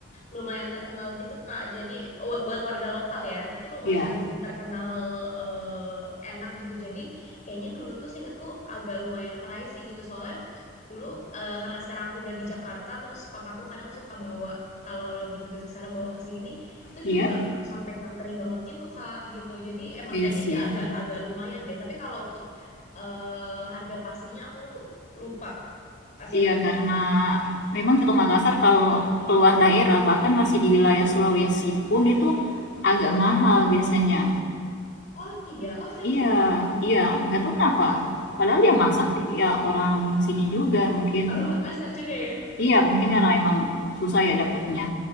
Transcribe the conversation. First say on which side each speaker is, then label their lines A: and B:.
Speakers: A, on the left; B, on the left.
A: lumayan terkenal gitu, Kak. Jadi wa- buat warga lokal ya, itu lumayan
B: Iya.
A: terkenal eh, enak gitu. Jadi kayaknya dulu tuh seingatku agak lumayan pricey gitu, soalnya dulu eh, karena sekarang aku udah di Jakarta, terus papaku kadang suka bawa kalau lagi tugas ke sana bawa ke sini, itu
B: Iya.
A: juga sampai nganteri banget gitu, Kak, gitu. Jadi emang
B: Iya
A: kayaknya
B: sih.
A: dia agak agak lumayan deh. Tapi kalau untuk eh harga pastinya aku lupa sebenarnya
B: Iya, karena
A: sih.
B: memang Soto Makassar kalau keluar daerah, bahkan masih di wilayah Sulawesi pun itu agak mahal
A: Heeh.
B: biasanya.
A: Oh iya, oh kayak
B: Iya,
A: gitu Kak.
B: iya, nggak tahu kenapa. Padahal yang masak ya orang sini juga mungkin.
A: Orang Makassar juga ya.
B: Iya, mungkin karena emang susah ya dapatnya.